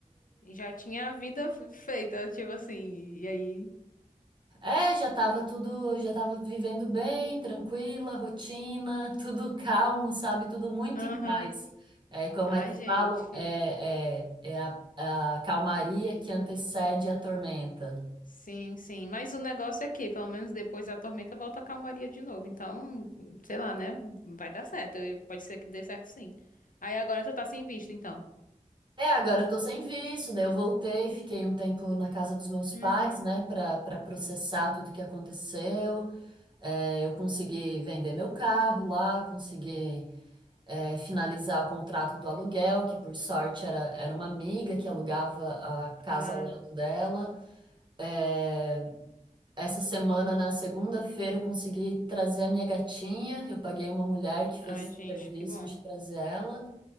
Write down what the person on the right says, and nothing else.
É, já tava tudo, já tava vivendo bem, tranquila, rotina, tudo calmo, sabe? Tudo muito
em paz. É, como
é que
falam? É, é, é a, a calmaria que antecede a tormenta.
É, agora eu tô sem visto, daí eu voltei, fiquei um tempo na casa dos meus
pais, né, pra, pra processar tudo que aconteceu. É, eu consegui vender meu carro lá, consegui. é, finalizar o contrato do aluguel, que por sorte era, era uma amiga que alugava a casa
ao lado dela. É, essa semana, na segunda-feira, eu consegui trazer a minha gatinha. Eu paguei uma mulher que fez
esse
serviço
de trazer ela.